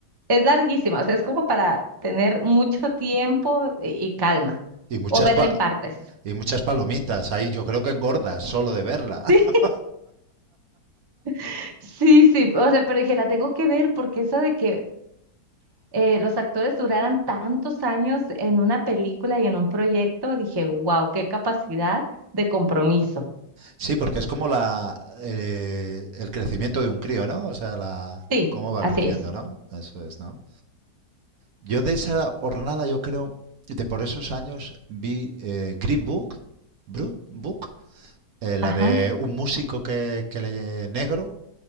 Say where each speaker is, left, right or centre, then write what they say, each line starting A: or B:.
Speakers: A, on the right; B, on the right.
A: es larguísima, o sea, es como para tener mucho tiempo y, y calma,
B: Y muchas
A: o verla
B: pa-
A: en partes.
B: y muchas palomitas. Ahí yo creo que engordas solo de verla.
A: Sí,
B: <laughs>
A: <laughs> sí, sí, o sea, pero dije, la tengo que ver porque eso de que eh, los actores duraran tantos años en una película y en un proyecto, dije, wow, qué capacidad de compromiso.
B: Sí, porque es como la eh, el, crecimiento de un crío, ¿no? O sea, la
A: Sí,
B: cómo va
A: así
B: creciendo,
A: es.
B: ¿no? Eso es, ¿no? Yo de esa hornada yo creo, de por esos años vi eh, Green Book, Brut Book, Eh, la
A: Ajá.
B: de un músico que, que le negro,